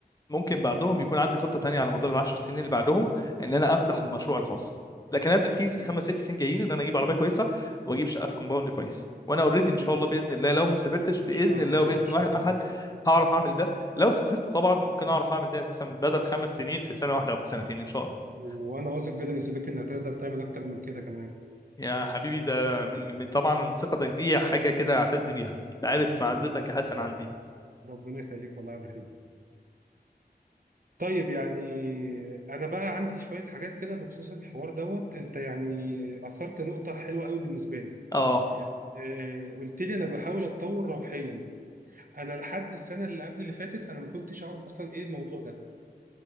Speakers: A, on the left; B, on the right.
A: ممكن بعدهم يكون عندي خطة تانية على مدار العشر سنين اللي بعدهم ان انا افتح
B: مم.
A: مشروع الخاص لكن انا تركيز
B: اكيد
A: الخمس ست سنين جايين ان انا اجيب عربية كويسة واجيب شقة
B: اه
A: في كومباوند كويس وانا اوريدي ان شاء
B: مم.
A: الله باذن الله لو ما سافرتش
B: ان
A: باذن
B: شاء
A: الله
B: الله
A: وباذن
B: ان شاء
A: واحد احد
B: الله
A: هعرف اعمل ده لو سافرت طبعا ممكن اعرف اعمل ده اساسا بدل خمس سنين في سنة واحدة او في سنتين ان شاء الله
B: وانا واثق جدا يا صديقي انك هتقدر تعمل اكتر من كده كمان
A: يا حبيبي ده من من- طبعا ثقتك دي حاجة كده أعتز بيها أنت عارف معزتك
B: ربنا
A: يا
B: يخليك
A: حسن عندي
B: ربنا يخليك والله يا عبد الرحيم طيب يعني انا بقى عندي شوية حاجات كده بخصوص الحوار دوت انت يعني اثرت نقطة حلوة قوي بالنسبة لي
A: أه
B: آه، قلت لي انا بحاول اتطور روحيا انا لحد السنه اللي قبل اللي فاتت انا ما كنتش اعرف اصلا ايه الموضوع ده